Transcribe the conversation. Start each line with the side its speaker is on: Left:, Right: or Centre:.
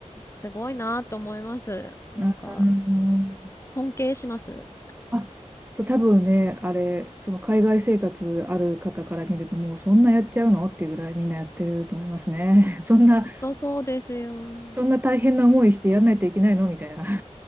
Left: すごいなーと思います。なんか、
Right: うん
Left: 尊敬します。
Right: あ、そう多分ね、あれ、その海外生活ある方から見ると、もうそんなやっちゃうのっていうぐらいみんなやってると思いますね。<laughs> そんな、
Left: 本当そうですよ。
Right: そんな大変な思いしてやんないといけないのみたいな。<laughs>